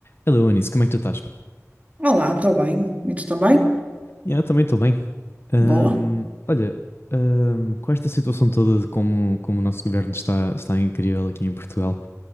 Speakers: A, on the left (about 50°); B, on the right (about 25°).
A: Hello, Anis, como é que tu estás?
B: Olá, estou bem. E tu também?
A: Yeah, eu também estou bem. Ahm,
B: Boa.
A: olha, ahm, com esta situação toda de como, como o nosso governo está, está incrível aqui em Portugal,